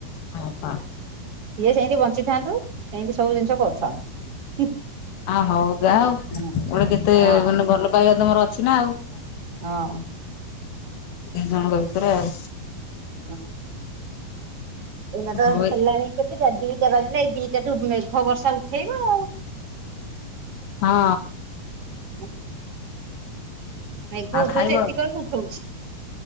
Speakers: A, on the left; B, on the right.
A: ହ ହ।
B: ସିଏ ସେମିତି ବଞ୍ଚିଥାନ୍ତୁ ସେମିତି ସବୁ ଜିନିଷ କରୁଥାନ୍ତୁ।
A: ଆ ହଉ ଯାହା ହଉ
B: ହଁ
A: ଗୁଟେ କେତେ
B: ହଁ
A: ମାନେ ଭଲ ପାଇବା ତମର ଅଛି ନା ଆଉ।
B: ହଁ।
A: ଏ ଜଣଙ୍କ ଭିତରେ ଆଉ।
B: ହୁଁ ଏଇନା ତ
A: ହଁ
B: ହେଲାଣି କେତେଟା ଦିଟା ବାଜିଲା ଏଇ ଦିଟାଠୁ ମେଘ ବର୍ଷା ଉଠେଇବ ଆଉ।
A: ହଁ
B: ହ <unintelligible> ମେଘ ଉଠଉଛି
A: ଖାଇବ
B: ଏତିକିବେଳକୁ ଉଠଉଛି।